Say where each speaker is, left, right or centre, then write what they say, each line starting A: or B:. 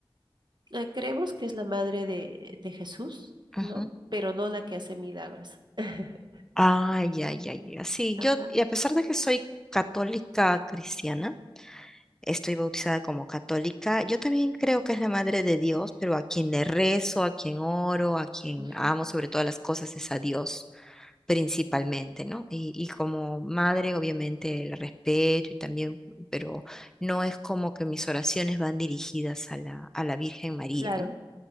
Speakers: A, on the right; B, in the centre.
A: eh, creemos que es la madre de, de Jesús,
B: Ujú.
A: ¿no? Pero no la que hace milagros. <laughs>
B: Ay, ay, ay, ya. Sí,
A: Ajá.
B: yo, y a pesar de que soy católica cristiana, estoy bautizada como católica, yo también creo que es la madre de Dios, pero a quien le rezo, a quien oro, a quien
A: ujú,
B: amo sobre todas las cosas es a Dios. principalmente, ¿no? Y, y como madre, obviamente el respeto y también, pero no es como que mis oraciones van dirigidas a la, a la Virgen María,
A: Claro.
B: ¿no?